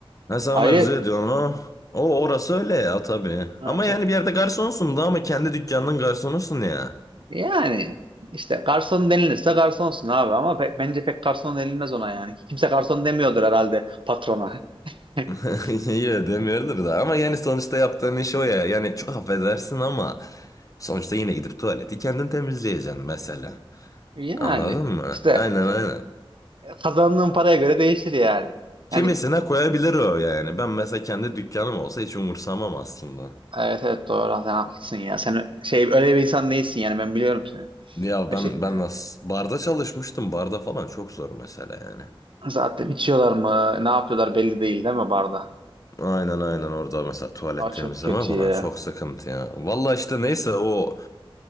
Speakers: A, on the left; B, on the right.
A: Mesela
B: Ayrı
A: mevzu ediyorsun ha. O orası öyle ya tabii.
B: evet,
A: Ama yani
B: evet.
A: bir yerde garsonsun da ama kendi dükkanının garsonusun ya.
B: yani işte garson denilirse garsonsun abi ama pe- bence pek garson denilmez ona yani. Kimse garson demiyordur herhalde patrona. <laughs>
A: <laughs> Yine demiyordur da ama yani sonuçta yaptığın iş o ya. Yani çok affedersin ama sonuçta yine gidip tuvaleti kendin temizleyeceksin mesela.
B: Yani
A: Anladın mı?
B: işte
A: Aynen aynen.
B: kazandığın paraya göre değişir yani.
A: Kimisine
B: Yani
A: koyabilir o yani. Ben mesela kendi dükkanım olsa hiç umursamam aslında.
B: Evet evet doğru sen haklısın ya. Sen şey öyle bir insan değilsin yani ben biliyorum seni.
A: Ya
B: Ya
A: ben
B: Şey,
A: ben nasıl barda çalışmıştım. Barda falan çok zor mesela yani.
B: zaten içiyorlar mı ne yapıyorlar belli değil değil mi barda?
A: Aynen aynen orada mesela tuvalet
B: Aa,
A: temizleme
B: çok kötü
A: falan
B: ya.
A: çok sıkıntı ya. Valla işte neyse o